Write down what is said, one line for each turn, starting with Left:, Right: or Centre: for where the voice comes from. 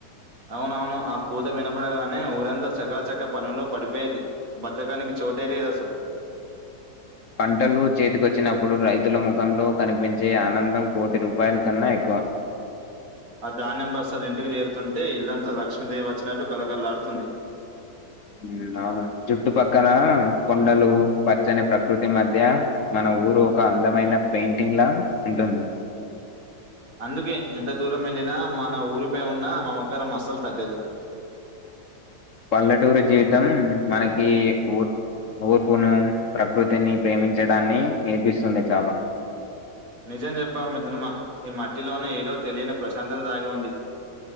Right: అవునవును ఆ కూత వినబడగానే ఊరంతా చకాచక్క పనుల్లో పడిపోయేది ఆ బద్ధకానికి చోటెలేదసలు
Left: <inaudible> పంటలు చేతికొచ్చినప్పుడు రైతుల ముఖంలో కనిపించే ఆనందం కోటి రూపాయల కన్నా ఎక్కువ <inaudible>
Right: ఆ ధాన్యం బస్తాలు ఇంటికి చేరుతుంటే ఇల్లంతా లక్ష్మీదేవి వచ్చినట్టు కలకళ్లాడుతుంది
Left: <inaudible> అవును జుట్టు పక్కన కొండలు పచ్చని ప్రకృతి మధ్య మన ఊరు ఒక అందమైన పెయింటింగ్ లా ఉంటుంది
Right: అందుకే ఎంత దూరం వెళ్ళిన మన ఊరిపై ఉన్న మమకారం అస్సలు తగ్గదు
Left: <inaudible> పల్లెటూరు జీతం మనకి ఊర్ ఓర్పును ప్రకృతిని ప్రేమించడాన్ని నేర్పిస్తుంది చాలా
Right: నిజం చెప్పావు మిత్రమ ఈ మట్టిలోనే ఏదో తెలియని ప్రశాంతత దాగి ఉంది